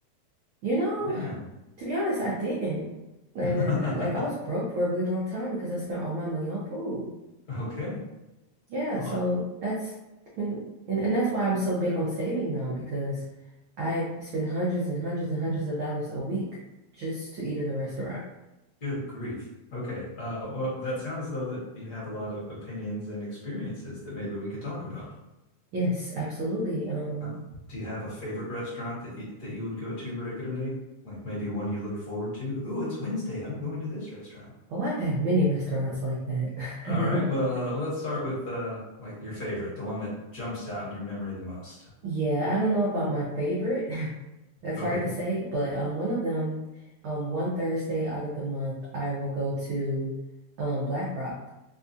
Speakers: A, on the right; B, on the left.
A: You know,
B: Man.
A: to be honest, I didn't. And
B: <laughs>
A: then, like, I was broke for a really long time because I spent all my money on food.
B: Okay.
A: Yeah,
B: Well,
A: so that's and, and and that's why I'm so big on saving now because I spend hundreds and hundreds and hundreds of dollars a week just to eat at a restaurant.
B: good grief. Okay. Uh, well, that sounds though that you have a lot of opinions and experiences that maybe we could talk about.
A: Yes, absolutely. Um,
B: uh, do you have a favorite restaurant that you, that you would go to regularly? Like maybe one you look forward to? Ooh, it's Wednesday. I'm going to this restaurant.
A: oh, I've had many restaurants like that.
B: All
A: <laughs>
B: right. Well, uh, well, let's start with uh, like your favorite, the one that jumps out in your memory the most.
A: Yeah, I don't know about my favorite. <laughs> That's
B: Okay.
A: hard to say, but um, one of them, um, one Thursday out of the month, I will go to um Black Rock.